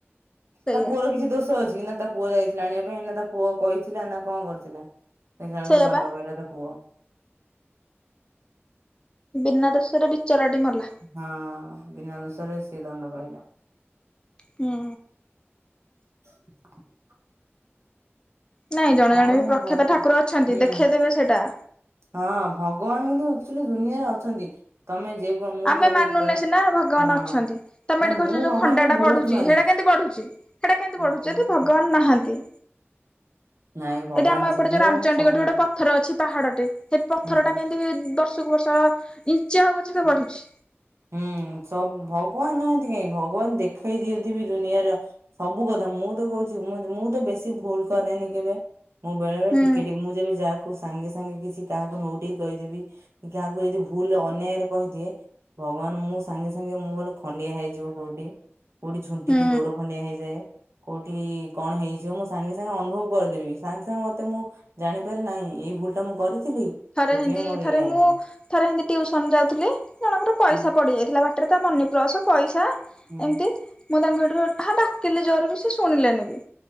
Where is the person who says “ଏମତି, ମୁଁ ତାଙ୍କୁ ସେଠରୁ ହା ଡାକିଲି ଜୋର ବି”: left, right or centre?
Left